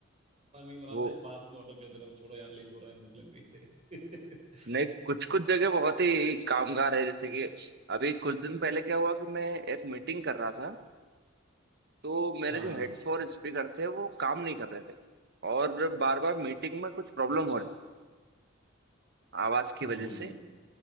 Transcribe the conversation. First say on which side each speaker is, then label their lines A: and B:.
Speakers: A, on the right (about 30°); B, on the right (about 50°).
A: नहीं बनाता
B: वो
A: है बाहर से मैं ऑर्डर कर दे रहा हूँ छोड़ो यार लेट हो रहा है भूख लग रही है
B: नहीं कुछ कुछ जगह बहुत ही कामगार है जैसे कि अभी कुछ दिन पहले क्या हुआ कि मैं एक मीटिंग कर रहा था तो मेरे
A: <laughs>
B: जो
A: हाँ हाँ
B: हेड्स और स्पीकर थे वो काम नहीं कर रहे थे और बार बार मीटिंग में कुछ प्रॉब्लम
A: अच्छा
B: हो रही आवाज की वजह
A: हम्म हम्म
B: से
A: हम्म